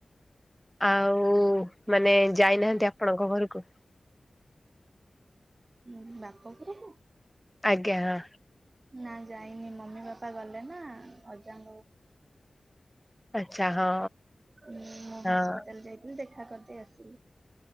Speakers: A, in the centre; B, on the right.
A: ଆଉ ମାନେ ଯାଇନାହାନ୍ତି ଆପଣଙ୍କ ଘରକୁ?
B: ହଁ ବାପଘରକୁ?
A: ଆଜ୍ଞା ହଁ
B: ନା ଯାଇନି ମମି ବାପା ଗଲେ ନା ଅଜାଙ୍କ
A: ଆଚ୍ଛା ହଁ।
B: ହଁ ମୁଁ
A: ହଁ
B: ହସ୍ପିଟାଲ ଯାଇଥିଲି ଦେଖା କରିଦେଇ ଆସିଲି।